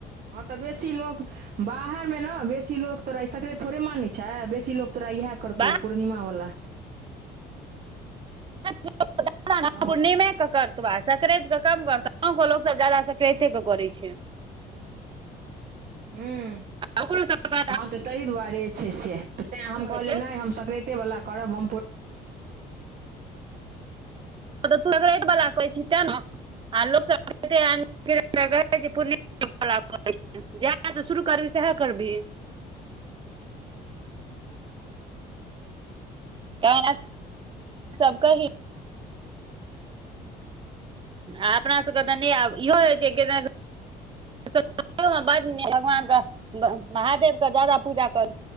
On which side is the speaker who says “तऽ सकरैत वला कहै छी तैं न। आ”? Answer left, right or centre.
Right